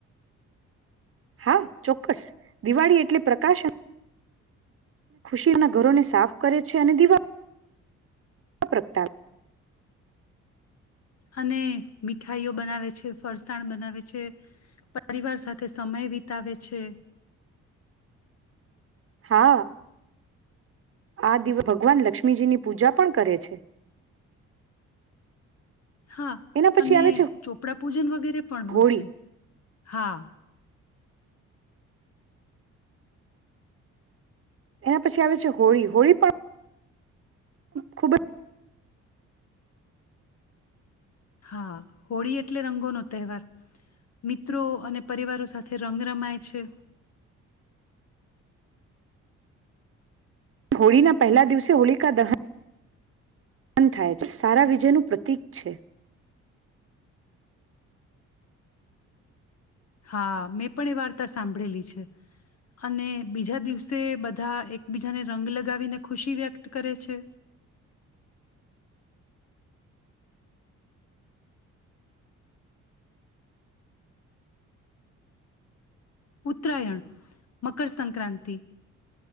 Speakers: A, on the right; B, on the left.
A: હા ચોક્કસ, દિવાળી એટલે પ્રકાશન રના ઘરોને સાફ કરે છે અને દિવા પ્રગટ
B: અને મીઠાઈઓ બનાવે છે ફરસાણ બનાવે છે, પરિવાર સાથે સમય વિતાવે છે.
A: હા. આ દિવસ ભગવાન લક્ષ્મીજીની પૂજા પણ કરે છે.
B: હા
A: એના પછી
B: અને
A: આવે છે
B: આપણા પજનગેરે. પણ હો
A: હોળી
B: છે, હા.
A: એના પછી આવે છે હોળી હોળી પણ ખૂબ જ
B: હા હોળી એટલે રંગોનો તહેવાર, મિત્રો અને પરિવારો સાથે રંગ રમાય છે.
A: હોળીના પહેલા દિવસે હોળિકા દહન બન થાય, સારા વિજયનું પ્રતીક છે.
B: હા મેં પણ એ વાર્તા સાંભળેલી છે, અને બીજા દિવસે બધા એકબીજાને રંગ લગાવીને ખુશી વ્યક્ત કરે છે. ઉત્તરાયણ, મકરસંક્રાંતિ,